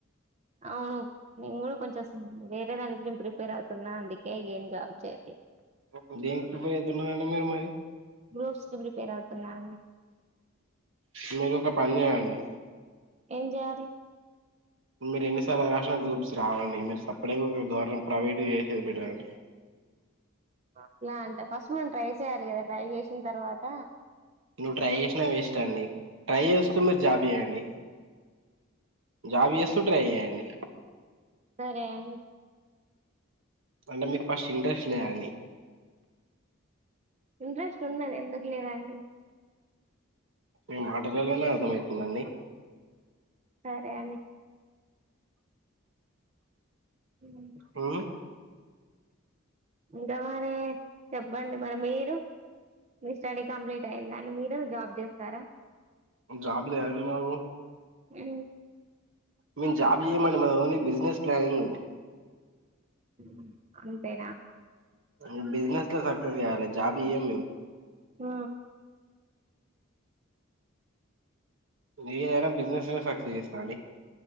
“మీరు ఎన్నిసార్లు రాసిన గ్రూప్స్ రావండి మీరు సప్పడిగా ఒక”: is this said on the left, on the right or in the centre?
Right